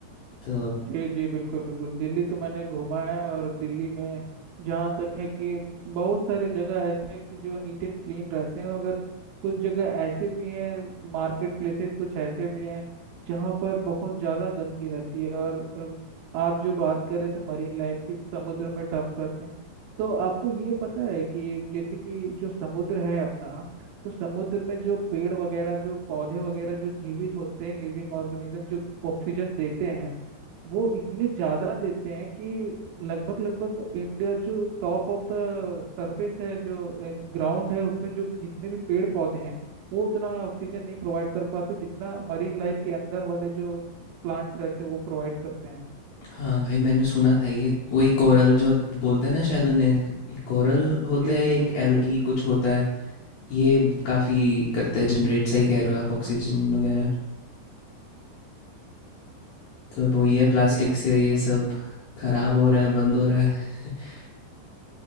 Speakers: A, on the left; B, on the right.
A: तो
B: जी जी बिल्कुल बिल्कुल दिल्ली तो मैंने घूमा है और दिल्ली में जहाँ तक है कि बहुत सारे जगह ऐसे हैं कि जो नीट एंड क्लीन रहते हैं मगर कुछ जगह ऐसे भी हैं मार्केट प्लेसेस कुछ ऐसे भी हैं जहाँ पर बहुत ज़्यादा गंदगी रहती है और अम, आप जो बात कर रहे थे मरीन लाइफ की समुद्र में डंप करते हैं तो आपको ये पता है कि जैसे कि जो समुद्र है अपना तो समुद्र में जो पेड़ वगैरह जो पौधे वगैरह जो जीवित होते हैं लिविंग ऑर्गेनिज्म जो ऑक्सीजन देते हैं वो इतने ज्यादा देते हैं कि लगभग लगभग इंडिया जो टॉप ऑफ द सरफेस है जो ग्राउंड है उसमें जो जितने भी पेड़ पौधे हैं वो उतना ऑक्सीजन नहीं प्रोवाइड कर पाते जितना मरीन लाइफ के अंदर वाले जो प्लांट्स रहते हैं वो प्रोवाइड करते हैं
A: हाँ भाई मैंने सुना था ये वही कोरल जो बोलते हैं ना शायद उन्हें कोरल होता
B: जी
A: है
B: जी
A: एक
B: बिल्कुल
A: एल्गी
B: बिल्कुल
A: कुछ होता है ये काफ़ी करता है जनरेट सही कह रहे हो आप ऑक्सीजन वगैरह तो अब वही है प्लास्टिक
B: जी हाँ
A: से
B: सही
A: ये
B: बात
A: सब खराब हो रहा है बंद हो रहा है <laughs>